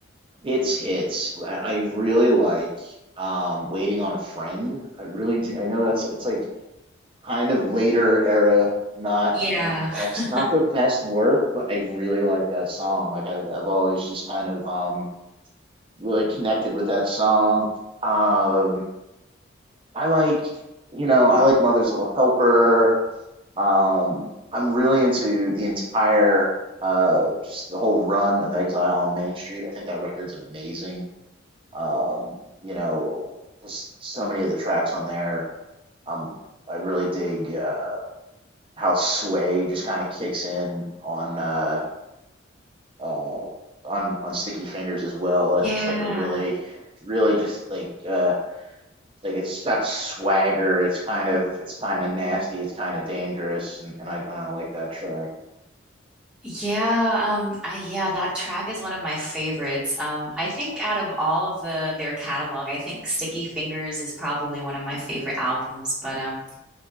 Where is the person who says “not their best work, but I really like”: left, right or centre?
Right